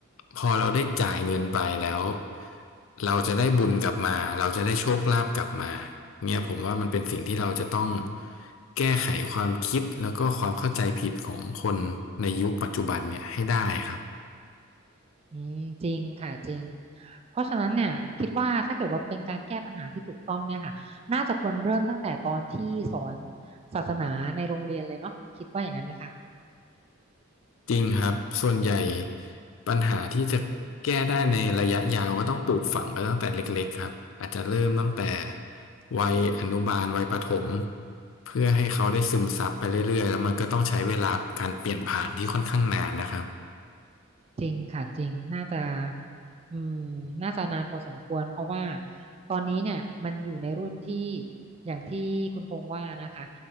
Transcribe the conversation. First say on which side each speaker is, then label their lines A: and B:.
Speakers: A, on the left; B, on the right.
A: พอเราได้จ่ายเงินไปแล้วเราจะได้บุญกลับมาเราจะได้โชคลาภกลับมาเนี่ยผมว่ามันเป็นสิ่งที่เราจะต้องแก้ไขความคิดแล้วก็ความเข้าใจผิดของคนในยุคปัจจุบันเนี่ยให้ได้ครับ
B: อืมจริงค่ะจริงเพราะฉะนั้นเนี่ยคิดว่าถ้าเกิดว่าเป็นการแก้ปัญหาที่ถูกต้องเนี่ยค่ะน่าจะควรเริ่มตั้งแต่ตอนที่สอนศาสนาในโรงเรียนเลยเนาะคิดว่าอย่างนั้นไหมคะ
A: จริงครับส่วนใหญ่ปัญหาที่จะแก้ได้ในระยะยาวก็ต้องปลูกฝังกันตั้งแต่เล็กๆครับอาจจะเริ่มตั้งแต่วัยอนุบาลวัยประถมเพื่อให้เขาได้ซึมซับไปเรื่อยๆแล้วมันก็ต้องใช้เวลาการเปลี่ยนผ่านที่ค่อนข้างนานนะครับ
B: จริงค่ะจริงน่าจะอืมน่าจะนานพอสมควรเพราะว่าตอนนี้เนี่ยมันอยู่ในรุ่นที่อย่างที่คุณพงษ์ว่านะคะ